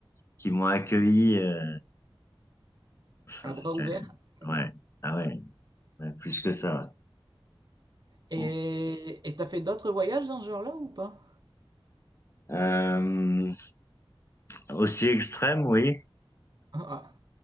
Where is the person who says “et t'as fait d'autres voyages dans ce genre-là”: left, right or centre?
Right